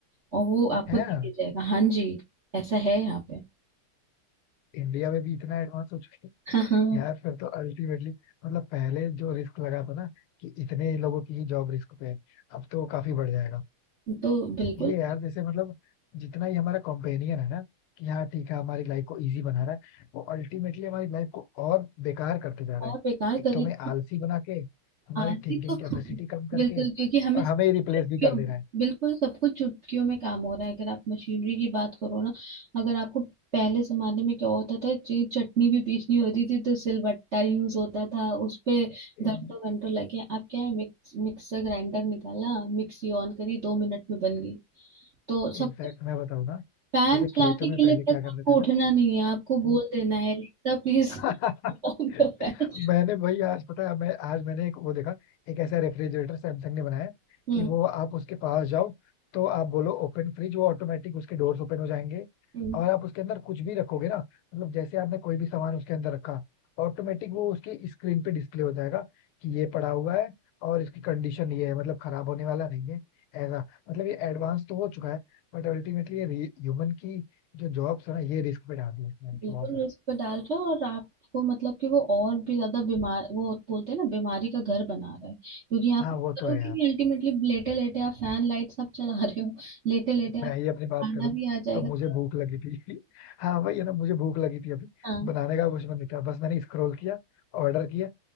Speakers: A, on the right (about 40°); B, on the left (about 80°).
A: और वो आपको
B: है
A: देके जाएगा हाँ जी ऐसा है यहाँ पे
B: इंडिया में भी इतना एडवांस हो चुके
A: <laughs>
B: हैं
A: हाँ हाँ
B: यार फिर तो अल्टीमेटली मतलब पहले जो रिस्क लगा था ना कि इतने लोगों की ही जॉब रिस्क पे है अब तो वो काफी बढ़ जाएगा
A: तो बिल्कुल
B: ये यार जैसे मतलब जितना ही हमारा कॉम्पेनियन है ना कि हाँ ठीक है हमारी लाइफ को इजी बना रहा है वो अल्टीमेटली हमारी लाइफ को और बेकार करते जा रहा
A: बहुत
B: है
A: बेकार
B: एक
A: करी
B: तो हमें आलसी बना के हमारी
A: आती
B: थिंकिंग
A: तो <laughs>
B: कैपेसिटी कम करके
A: बिल्कुल क्योंकि हमें
B: और
A: चुटकियों
B: हमें रिप्लेस भी कर दे रहा है
A: बिल्कुल सब कुछ चुटकियों में काम हो रहा है अगर आप मशीनरी की बात करो ना अगर आपको पहले जमाने में क्या होता था च- चटनी भी पीसनी होती थी तो सिलबट्टा यूज होता था उस पे
B: इन
A: घंटों घंटों लगे आप क्या है मिक्स मिक्सर ग्राइंडर निकाला मिक्सी ऑन करी दो मिनट में बन गई तो सब
B: इनफैक्ट
A: कुछ
B: मैं बताऊँ ना
A: पैन
B: जैसे
A: चलाने
B: खेतों में
A: के
B: पहले
A: लिए
B: क्या
A: तक
B: करते
A: आपको
B: थे
A: उठना
B: ना
A: नहीं है आपको
B: कि
A: बोल देना है Alexa please
B: हाँ
A: on
B: <laughs>
A: the fan
B: मैंने वही आज पता है मैं आज मैंने एक वो देखा एक ऐसा रेफ्रिजरेटर सैमसंग ने बनाया है
A: <laughs>
B: कि वो आप उसके पास जाओ तो आप बोलो ओपन फ्रिज वो ऑटोमेटिक उसके डोर्स ओपन हो जाएंगे
A: हम्म हम्म
B: और आप उसके अंदर कुछ भी रखोगे ना मतलब जैसे आपने कोई भी सामान उसके अंदर रखा ऑटोमेटिक वो उसकी स्क्रीन पे डिस्प्ले हो जाएगा कि ये पड़ा हुआ है और इसकी कंडीशन ये है मतलब खराब होने वाला नहीं है ऐसा मतलब ये एडवांस तो हो चुका है बट अल्टीमेटली ये ह्यूमन की जो जॉब्स है ना ये रिस्क पे डाल दी है इसने
A: बिल्कुल
B: बहुत सारा
A: रिस्क पे डाल रहा है और आपको मतलब कि वो और भी ज्यादा बीमार वो बोलते हैं ना बीमारी का घर बना रहा है क्योंकि आप
B: हाँ वो
A: करोगे
B: तो है यार
A: नहीं अल्टीमेटली लेटे लेटे आप फैन लाइट सब चला रहे हो लेटे लेटे
B: मैं
A: आप
B: ही अपनी बात
A: खाना
B: करूं
A: भी आ जाएगा
B: तो मुझे
A: थोड़ा
B: भूख लगी थी <laughs> हाँ वही है ना मुझे भूख लगी थी अभी
A: हाँ
B: बनाने का कुछ मन नहीं था बस मैंने स्क्रॉल किया ऑर्डर किया